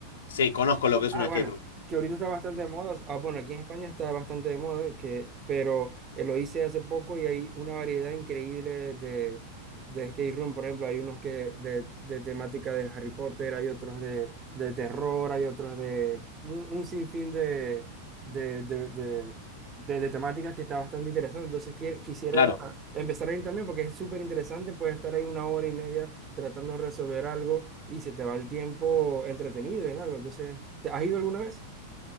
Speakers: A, on the left; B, on the right.
A: Sí, conozco lo que es
B: ah,
A: un escape
B: bueno,
A: room.
B: que ahorita está bastante de moda. Ah, bueno, aquí en España está bastante de moda, que, pero eh, lo hice hace poco y hay una variedad increíble de, de skate room. Por ejemplo, hay unos que de, de temática de Harry Potter, hay otros de, de terror, hay otros de un, un sinfín de, de, de, de, de, de temáticas que está bastante interesante. Entonces, qui- quisiera
A: Claro.
B: empezar a ir también porque es súper interesante. puedes estar ahí una hora y media tratando de resolver algo y se te va el tiempo entretenido en algo. Entonces, ¿te has ido alguna vez?